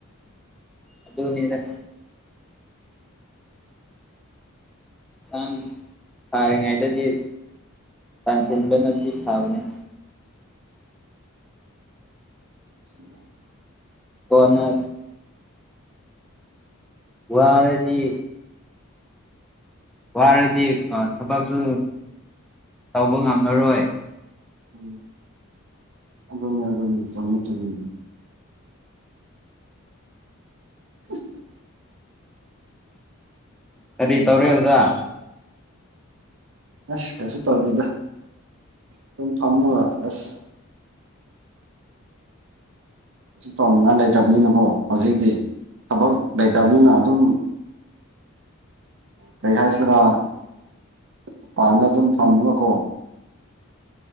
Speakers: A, in the centre; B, on the right.
A: ꯑꯗꯨꯗꯅꯤꯅꯦ ꯁ ꯐꯔ ꯉꯥꯏ ꯇꯗꯤ ꯀꯁꯤꯟꯗ ꯊꯥꯕꯅꯤ
B: ꯎ <unintelligible> <inaudible>
A: ꯍꯅ ꯋꯥꯔꯗꯤ ꯋꯥꯔꯗꯤ ꯊꯕꯛꯁꯨ ꯇꯧꯕ ꯉꯝꯃꯔꯣꯏ
B: ꯎꯝ ꯑꯗꯨꯗꯣꯅꯤ ꯑꯗꯨꯗꯣꯅꯤ ꯁꯃꯦ ꯆꯗ ꯎꯝ
A: ꯀꯔꯤ ꯇꯧꯔꯦ ꯑꯣꯖꯥ
B: ꯑꯁ ꯀꯁꯨ ꯇꯧꯗꯗ ꯑꯗꯨꯝ ꯊꯝꯃꯒ ꯑꯁꯦ ꯇꯧꯅꯤꯡꯉꯥꯏ ꯂꯩꯇꯕꯅꯤꯅꯀꯣ ꯍꯧꯖꯤꯛꯇꯤ ꯊꯕꯛ ꯂꯩꯇꯕꯅꯤꯅ ꯑꯗꯨꯝ ꯀꯩ ꯍꯥꯏꯁꯤꯔꯥ ꯃꯄꯥꯟꯗ ꯑꯗꯨꯝ ꯊꯝꯃꯒꯀꯣ